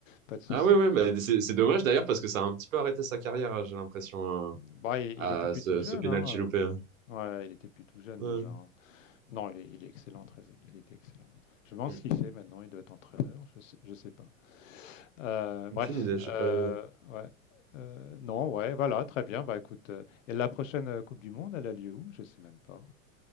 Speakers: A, on the left (about 65°); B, on the right (about 70°).
A: pas de souci.
B: Ah oui, oui, mais c'est c'est dommage d'ailleurs parce que ça a un petit peu arrêté sa carrière, hein, j'ai l'impression, euh,
A: Bah, il,
B: à
A: il était plus
B: ce,
A: tout jeune,
B: ce penalty
A: hein.
B: loupé.
A: euh,
B: hein.
A: Ouais, il était plus tout jeune
B: Ouais.
A: déjà. hein. Non, il est, il est excellent, très égay, il était excellent. Je pense
B: Mhm.
A: ce qu'il fait maintenant, il doit être entraîneur, je sais, je sais pas. Euh, bref,
B: Aucune idée, je sais pas.
A: euh, ouais. Euh, non, ouais, voilà, très bien. Bah écoute, euh, et la prochaine euh, Coupe du Monde, elle a lieu où? Je sais même pas.